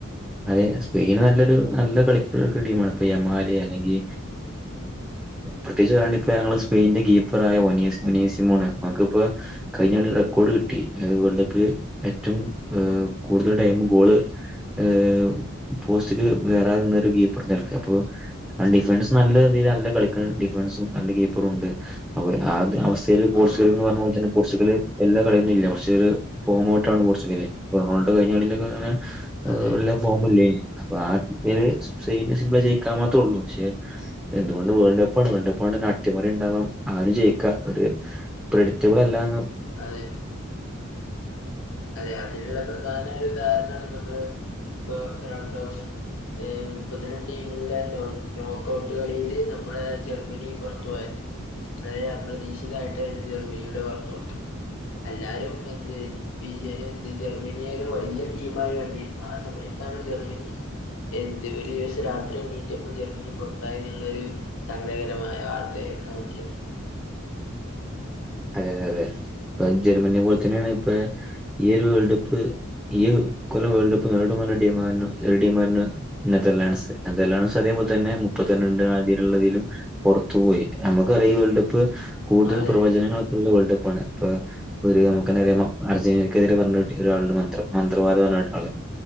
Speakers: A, in the centre; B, on the left.
A: അതെ സ്പെയിന് നല്ലൊരു നല്ല കളി കളിക്കണ ടീമാണ് അപ്പൊ യമാല് അല്ലെങ്കി പ്രത്യകിച്ച് ഞങ്ങള്സ്പെയിനിൻ്റെ കീ പറായഓനീയസ് മുനിസ്മൂണ് ഓൻക്കിപ്പോ കഴിഞ്ഞ കളി റെക്കോർഡ് കിട്ടി വേൾഡ് കപ്പില് ഏറ്റവും ഏ കൂടുതൽ ടൈം ഗോള് ഏ പോസ്റ്റില് വേറാർന്നൊരു കിപ്പറ്‌നിൽക്ക് അപ്പൊ ആ ഡിഫൻസ് നല്ല രീതില് നല്ല കളിക്കണം ഡിഫൻസും നല്ല കീപ്പറും ഉണ്ട് അപ്പൊളെ ആത് അവസ്ഥയില് പോർച്ചുഗലെന്ന്
B: ആഹ്
A: പറഞ്ഞപോലെതന്നെ പോർച്ചുഗല് എല്ലാ കളിയൊന്നും ഇല്ല പക്ഷേല് ഫോമോട്ടാണ് പോർച്ചുഗല് ഫോണോൾട്ട് കഴിഞ്ഞാലില്ലകിങ്ങനെ <unintelligible>
B: അതെ
A: എന്തുകൊണ്ടും വേൾഡ്കപ്പാണ് വേൾഡ് കപ്പാ ആണേനട്ടിമറി ഇണ്ടാവാം ആരും ജയിക്കാ ഒരു പ്രെഡിക്റ്റബിളല്ലാന്ന്
B: അതെ അതെ അതിനൊള്ള പ്രധാന ഒരു ഉദാഹരണാണ് നമ്മള് ഇപ്പൊ റൗണ്ടോഫ് ഏ മുപ്പത്തിരണ്ടിമുകൾടെ നോക്കൗട്ട് കളിയില് നമ്മുടെ ജർമ്മനി പുറത്തു പോയേ വളരെ അപ്രതീക്ഷിതായിട്ടാരുന്നു ജർമ്മനിയുടെ വാർക്കൗട്ട്എല്ലാരും എന്ത് വിജയെന്ത് ജർമ്മനി വലിയ ടീമായാണ്ട് ആ സമയത്താണ് ജർമ്മനി എന്തു പരിഒരു ദിവസം രാത്രി എണീറ്റപ്പം ജർമ്മനി പൊർത്തായി എന്നുള്ളൊരു സങ്കടകരമായ വാർത്ത കേക്കാൻ പറ്റിയത്
A: അതെ അതെ അതെ ഇപ്പ ജെർമ്മനിയെ പോലെ തന്നെയാണ് ഇപ്പൊ ഈ ഒരു വേൾഡ് കപ്പ് ഈ ഇക്കൊല്ലം വേൾഡ് കപ്പ് നേടും പറഞ്ഞ ടീമാരെന്നെ നെതർലാൻഡ്സ് നെതർലാൻഡ്സ് അതേപോലെ തന്നെ മുപ്പത്തി രണ്ട് ആതിലുള്ളതിലും പൊറത്തു പോയി നമ്മക്കറിയാ ഈ വേൾഡ് കപ്പ് കൂടുതൽ
B: അതെ
A: പ്രവചനങ്ങളൊക്കെ ള്ള വേൾഡ് കപ്പാണ് ഇപ്പ ഒര് നമുക്കെന്നെ അറിയാ അർജന്റീനയ്ക്കെതിരെ പറഞ്ഞ ഒരാളുണ്ട് മന്ത്ര മന്ത്രവാദം പറഞ്ഞാട്ട് ആള്